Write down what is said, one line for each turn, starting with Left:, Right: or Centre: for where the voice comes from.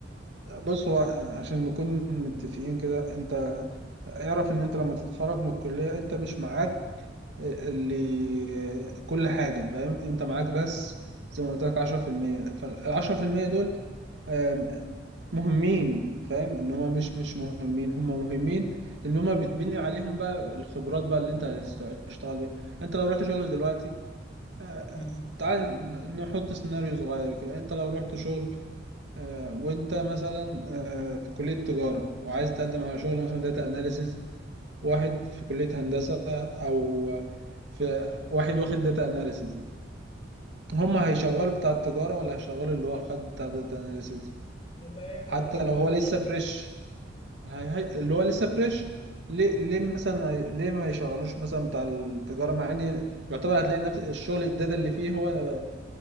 Right: بص هو عشان نكون متفقين كده انت اعرف ان انت لما تتخرج من الكلية انت مش معاك اللي كل حاجة فاهم انت معاك بس زي ما قلت لك 10% فالعشرة في المية دول آم، مهمين فاهم ان هما مش مش مهمين هما مهمين لان هما بتبني عليهم بقى الخبرات بقى اللي انت هتشتغل بيها انت لو رحت شغل دلوقتي آه،
Left: مم.
Right: تعال نحط سيناريو صغير كده انت لو رحت شغل آه، وانت مثلا آه، في كلية تجارة وعايز تقدم على شغل مثلا داتا اناليسز واحد في كلية هندسة او في واحد واخد داتا اناليسز
Left: مم.
Right: هما هيشغلوا
Left: مظبوط
Right: بتاع التجارة ولا هيشغلوا اللي هو خد بتاع داتا اناليسز
Left: اللي هي-
Right: حتى
Left: اللي يعرف
Right: لو هو
Left: يعمل
Right: لسه
Left: الشغل
Right: فريش هي هي اللي هو لسه فريش ليه ليه مثلا ليه ما يشغلوش مثلا بتاع التجارة مع ان يعتبر هتلاقي نفس الشغل الداتا اللي فيه هو آه،